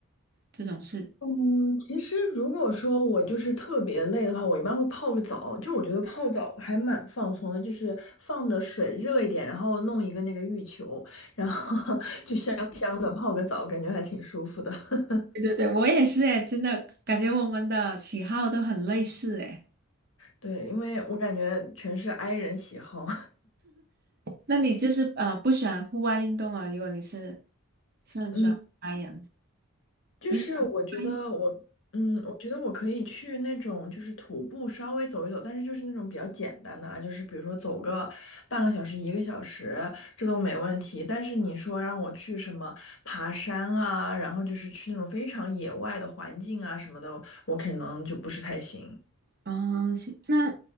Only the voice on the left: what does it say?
嗯，其实如果说我就是特别累的话，我一般会泡个澡。就我觉得泡澡还蛮放松的，就是放的水热一点，然后弄一个那个浴球，然后 <laughs> 就香香的泡个澡，感觉还挺舒服的。<laughs>
对，因为我感觉全是 i 人喜好，
<laughs> 嗯，就是我觉得我，
嗯，我觉得我可以去那种就是徒步稍微走一走，但是就是那种比较简单的啊，就是比如说走个半个小时、一个小时，这都没问题。但是你说让我去什么爬山啊，然后就是去那种非常野外的环境啊什么的，我可能就不是太行。